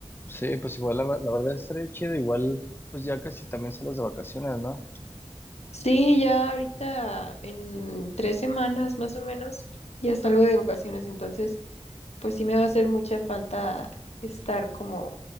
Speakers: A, on the left (about 20°); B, on the left (about 90°).
A: sí, pues igual la, la verdad estaría chido, igual pues ya casi también son las de vacaciones, ¿no?
B: Sí, ya ahorita en tres semanas más o menos ya salgo de vacaciones, entonces pues sí me va a hacer mucha falta estar como